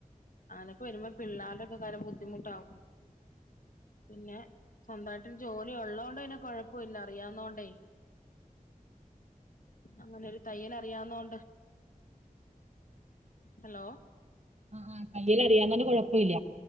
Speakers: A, on the left; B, on the right.
A: അങ്ങനൊക്കെ വരുമ്പോ പിള്ളേരുടെക്ക കാര്യം ബുദ്ധിമുട്ടാവും പിന്നെ സ്വന്തമായിട്ട് ജോലി ഉള്ളതോണ്ടെ പിന്നെ കൊഴപ്പയില്ല അറിയാവൂന്നോണ്ടെ അങ്ങനെ ഒരു തയ്യൽ അറിയാവുന്നൊണ്ട് ഹലോ
B: ആ ആ തയ്യൽ അറിയാവുന്നോണ്ട് കുഴപ്പമില്ല